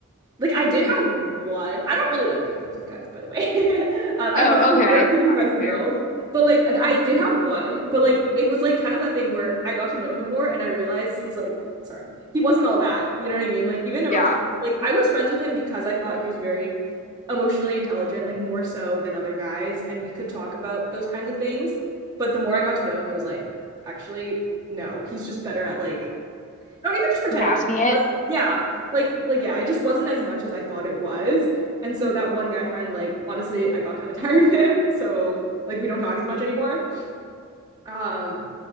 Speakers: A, on the right; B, on the left.
A: Like I did have one. I don't really like being friends with guys, by the way. <laughs> uh, I
B: Oh,
A: much prefer
B: okay.
A: <laughs> being
B: Got
A: friends
B: it,
A: with
B: Fair.
A: girls. But like I I did have one, but like it was like kind of that thing where I got to know him more and I realized he's like, sorry, he wasn't all that. You know what I mean? Like even emotionally,
B: Yeah.
A: like I was friends with him because I thought he was very emotionally intelligent, like more so than other guys, and we could talk about those kinds of things. But the more I got to know him, it was like, actually, no, he's just better at like not even just pretending.
B: Masking
A: it
B: it.
A: Was yeah, like like yeah, it just wasn't as much as I thought it was. And so that one guy friend, like honestly, I got kind of <laughs> tired of him. So like we don't talk as much anymore. Um,